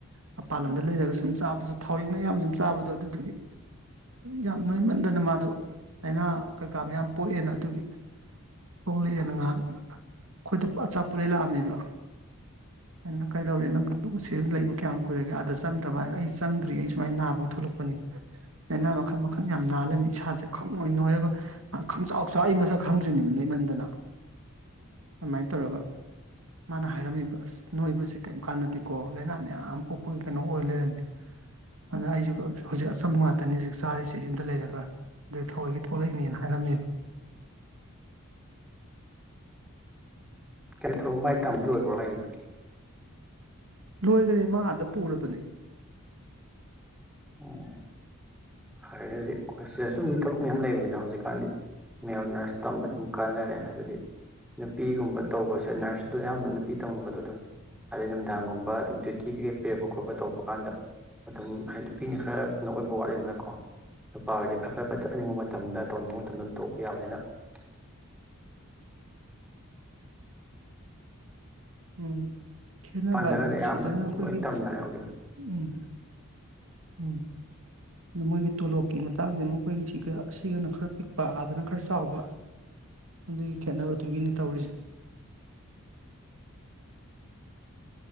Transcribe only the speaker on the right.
ꯃꯄꯥꯟ ꯂꯝꯗ ꯂꯩꯔꯒ ꯁꯨꯝ ꯆꯥꯕꯁꯨ ꯊꯥꯎꯔꯦꯛ ꯃꯌꯥꯝ ꯁꯨꯝ ꯆꯥꯕꯗꯣ ꯑꯗꯨꯗꯨꯒꯤ ꯌꯥꯝ ꯅꯣꯏꯃꯟꯗꯅ ꯃꯥꯗꯣ ꯂꯥꯏꯅꯥ ꯀꯩꯀꯥ ꯃꯌꯥꯝ ꯄꯣꯛꯑꯦꯅ ꯑꯗꯨꯒꯤ ꯊꯣꯛꯂꯦꯛꯑꯦꯅ ꯉꯍꯥꯟ ꯑꯩꯈꯣꯏꯗ ꯄꯨꯔ ꯑꯆꯥꯄꯣꯠ ꯂꯩ ꯂꯥꯛꯑꯝꯃꯦꯕ
ꯑꯩꯅ ꯀꯩꯗꯧꯔꯦ ꯅꯪ ꯁꯤ ꯂꯩꯕ ꯀꯌꯥꯝ ꯀꯨꯏꯔꯒꯦ ꯑꯥꯗ ꯆꯪꯗ꯭ꯔꯕ ꯑꯩ ꯆꯪꯗ꯭ꯔꯦ ꯑꯩ ꯁꯨꯃꯥꯏꯅ ꯅꯥꯕꯒꯤ ꯊꯣꯛꯂꯛꯄꯅꯤ ꯂꯩꯅꯥ ꯃꯈꯜ ꯃꯈꯜ ꯌꯥꯝ ꯅꯥ ꯂꯩꯔꯝꯃꯦ ꯏꯁꯥꯁꯦ ꯈꯪꯅꯣꯏ ꯅꯣꯏꯔꯒ ꯈꯪꯆꯥꯎ ꯆꯥꯎ ꯑꯩ ꯃꯁꯛ ꯈꯪꯗ꯭ꯔꯤꯅꯦꯃꯤ ꯅꯣꯏꯃꯟꯗꯅ ꯑꯃꯥꯏꯅ ꯇꯧꯔꯒ ꯃꯥꯅ ꯍꯥꯏꯔꯝꯃꯤꯕ ꯑꯁ ꯅꯣꯏꯕꯁꯦ ꯀꯩꯝ ꯀꯥꯟꯅꯗꯦꯀꯣ ꯂꯥꯏꯅꯥ ꯃꯌꯥꯝ ꯄꯣꯛꯄꯒꯤ ꯀꯩꯅꯣ ꯑꯣꯏ ꯂꯩꯔꯝꯃꯦ ꯑꯗꯨꯅ ꯑꯩꯖꯨ ꯍꯧꯖꯤꯛ ꯑꯆꯝꯕ ꯉꯥꯛꯇꯅꯤ ꯍꯧꯖꯤꯛ ꯆꯥꯔꯤꯁꯦ ꯌꯨꯝꯗ ꯂꯩꯔꯒ ꯑꯗꯩ ꯊꯋꯣꯏꯒꯤ ꯊꯣꯛꯂꯛꯏꯅꯦꯅ ꯍꯥꯏꯔꯝꯃꯦꯕ
ꯂꯣꯏꯒꯔꯦ ꯃꯥ ꯑꯥꯗ ꯄꯨꯔꯕꯅꯦ
ꯎꯝ ꯈꯦꯠꯅꯕ
ꯍꯥꯏꯕꯨ
ꯁꯤꯗꯅ ꯑꯩꯈꯣꯏꯒꯤ
ꯎꯝ ꯎꯝ ꯃꯣꯏꯒꯤ ꯇꯣꯂꯣꯞꯀꯤ ꯃꯇꯥꯡꯁꯦ ꯃꯈꯣꯏꯒꯤ ꯁꯤꯒ ꯑꯁꯤꯒꯅ ꯈꯔ ꯄꯤꯛꯄ ꯑꯥꯗꯅ ꯈꯔ ꯆꯥꯎꯕ ꯑꯗꯨꯒꯤ ꯈꯦꯠꯅꯕꯗꯨꯒꯤꯅꯦ ꯇꯧꯔꯤꯁꯦ